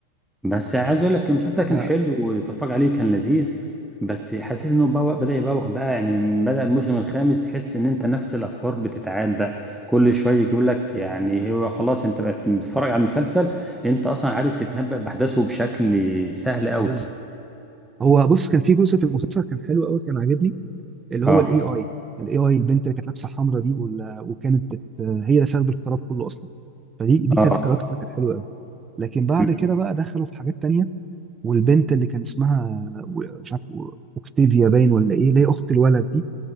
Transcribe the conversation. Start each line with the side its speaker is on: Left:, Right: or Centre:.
Centre: بس عايز اقول لك المسلسل ده كان
Right: لا
Centre: حلو وتتفرج عليه كان لذيذ بس حسيت انه بوق بدأ يبوخ بقى يعني من بدأ الموسم الخامس تحس ان انت نفس الافكار بتتعاد بقى كل شويه يقول لك يعني هو خلاص انت بقت بتتفرج على المسلسل انت اصلا عارف تتنبأ باحداثه بشكل سهل
Right: بز...
Centre: قوي
Right: هو بص كان في جزء في المسلسل كان حلو قوي كان عاجبني اللي
Centre: اه
Right: هو الاي اي الاي اي البنت اللي كانت لابسه حمرا دي وال... وكانت بت... هي اللي سبب الخراب كله اصلا فدي دي
Centre: اه
Right: كانت كاركتر كانت حلوه قوي لكن بعد
Centre: م.
Right: كده بقى دخلوا في حاجات تانية والبنت اللي كان اسمها و- مش عارف و- اوكتيفيا باين ولا ايه اللي هي اخت الولد دي